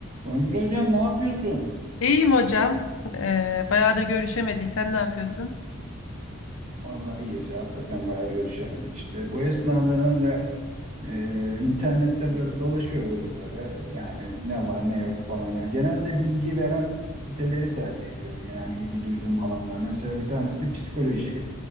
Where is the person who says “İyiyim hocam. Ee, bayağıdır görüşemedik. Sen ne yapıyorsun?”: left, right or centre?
Left